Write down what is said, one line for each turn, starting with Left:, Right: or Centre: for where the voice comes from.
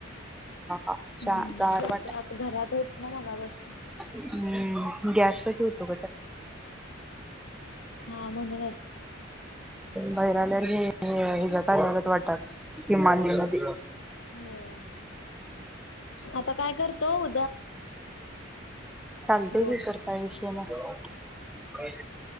Centre: आ
Left: हम्म
Centre: छान गार
Left: तुमच्या
Centre: वाटा
Left: आता घरात होच ना मगापासून
Centre: हम्म गॅसपशी होतो
Left: हा म्हणूनच
Centre: बाहीर आल्यावर हे हे ज्या पाय लागत वाटतं हिमालय मध्ये
Left: होय आता काय करतो उ
Centre: चालतंय
Left: दोन
Centre: की कर काय विषय नाय.